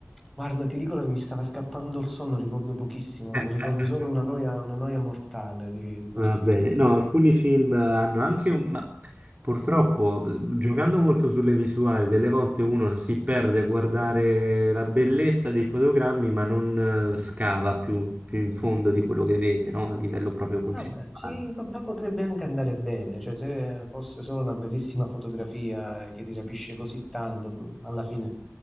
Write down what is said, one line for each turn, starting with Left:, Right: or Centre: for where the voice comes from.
Centre: Guarda, ti dico che mi stava scappando il sonno, ricordo pochissimo,
Right: <laughs>
Centre: mi ricordo solo una noia, una noia mortale di, di quel
Right: Va
Centre: film.
Right: bene, no, alcuni film hanno anche un... ma purtroppo, eh, giocando molto sulle visuali, delle volte uno si perde a guardare la bellezza dei fotogrammi, ma non eh, scava più, più in fondo di quello che vede, no? A livello proprio concettuale.
Centre: Vabbè, sì, in realtà potrebbe anche andare bene, cioè se fosse solo una bellissima fotografia che ti rapisce così tanto, mh, alla fine